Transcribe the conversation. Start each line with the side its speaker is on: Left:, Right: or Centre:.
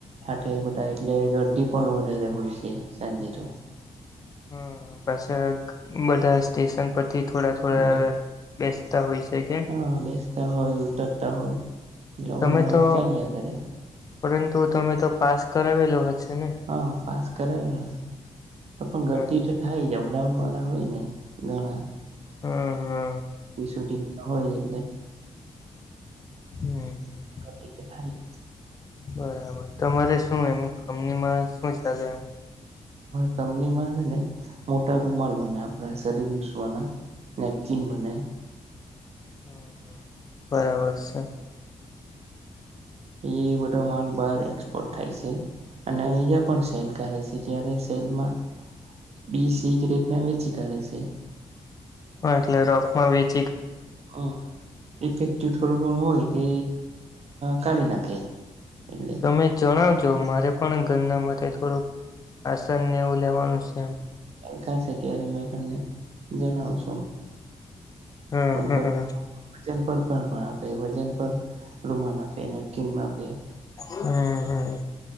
Right: આઠ બધા એટલે દર્દી પણ વધારે હોય છે સાંજે તો
Left: હમ પછી બધા સ્ટેશન પરથી થોડા થોડા
Right: હમ
Left: બેસતા હોય છે કે
Right: હા બેસતા હોય ઉતરતા હોય એવુ
Left: તમે
Right: ન એવુ
Left: તો
Right: ચાલ્યા કરે.
Left: પરંતુ તમે તો પાસ કરાવેલો હશે ને?
Right: હા પાસ કરાવેલો તો પણ ગરદી
Left: હા
Right: થાય અપડાઉન વાળા હોય ને ઘણા
Left: હમ હમ
Right: શૂટિંગ હોય એટલે
Left: હમ હમ
Right: કતી કઠાય
Left: બરાબર તમારે શું એમ કંપનીમાં શું ચાલે એમ
Right: કંપનીમાં છે ને મોટા રૂમાલ બને આપડા શરીરસવાના નેપચિન બનાાય
Left: હમ હ બરાબર છે
Right: એ બધો માલ બહાર એક્સપોર્ટ થાય છે. અને અહિયાં પણ સેલ કરે છે ત્યારે સેલમાં બી સિગરેટ ના વેચી કરે છે.
Left: એટલે રોખમાં વીચ
Right: હા ડિફેક્ટિવ થોડું ઘણું હોય તે કાઢી નાખે એટલે
Left: તમે જણાવજો મારે પણ ઘરના માટે થોડુંક આસનને એવું લેવાનું છે એ
Right: કાર છે ત્યારે મે તમને જણાવશું
Left: હમ
Right: કોલકાતા
Left: હમ
Right: વજન પર ભમાણ આપે વજન પર રૂમાલ આપે નકીન આપે
Left: હમ હમ